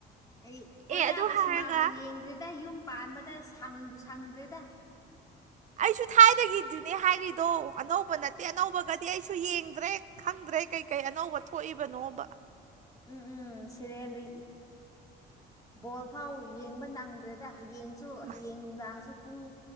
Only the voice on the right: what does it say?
ꯑꯦ ꯑꯗꯨ ꯍꯥꯏꯔꯒ
ꯑꯩꯁꯨ ꯊꯥꯏꯒꯤꯗꯨꯅꯦ ꯍꯥꯏꯔꯤꯗꯣ ꯑꯅꯧꯕ ꯅꯠꯇꯦ ꯑꯅꯧꯕꯒꯗꯤ ꯑꯩꯁꯨ ꯌꯦꯡꯗ꯭ꯔꯦ ꯈꯪꯗ꯭ꯔꯦ ꯀ꯭ꯔꯩ ꯀꯩꯀꯩ ꯑꯅꯧꯕ ꯊꯣꯛꯏꯕꯅꯣꯕ
ꯃꯥ